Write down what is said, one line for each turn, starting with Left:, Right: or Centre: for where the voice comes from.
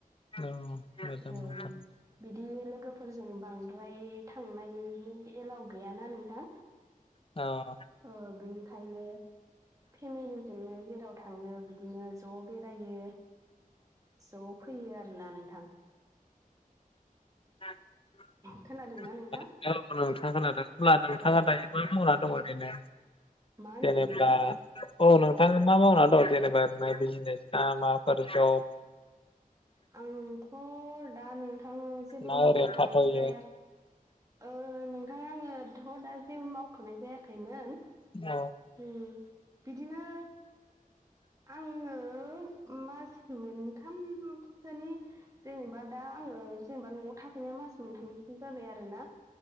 Left: औ मोजां
Right: औ
Left: मोजां
Right: बिदि लोगोफोरजों बांद्राय थांनायनि एलाव गैयाना नोंथां
Left: औ
Right: ओ बिनिखायनो फेमेलि जोंनो जेराव थाङो बिदिनो ज' बेरायो। ज' फैयो आरोना नोंथां।
Left: <unintelligible>
Right: खोनादोंना नोंथां
Left: नोंथाङा दायो
Right: औ
Left: मा मावना दं ओरैनो
Right: मा होनदों
Left: जेनेब्ला
Right: नोंथां
Left: औ नोंथाङा मा मावना दं जेनेबा म बिजनेस ना माफोर जब?
Right: आंथ' दा नों थां जेबो
Left: ना
Right: मावथ'नाय
Left: ओरैनो थाथ'यो
Right: जाया ओ नों थां आङो थ' दा जेबो मावथ'नाय जायाखैमोन।
Left: अ
Right: उम बिदिनो आङो मास मोनथाम सोनि जेनेबा दा आङो जेनेबा न'आव थाफैनाया मास मोनथामसिन जाबाय आरो ना।